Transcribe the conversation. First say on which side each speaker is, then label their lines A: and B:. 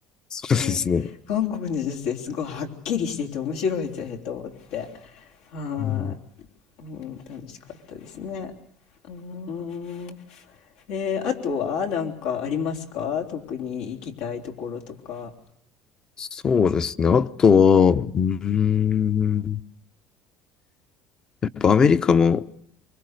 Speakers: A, on the left; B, on the left.
A: そうですね。
B: ね、韓国の女性すごいはっきりしてて面白いぜと思って。は
A: うん、
B: い、うん、楽しかったですね。うーん。で、あとはなんかありますか特に行きたいところとか。
A: そうですね。あとは、うーん、やっぱアメリカも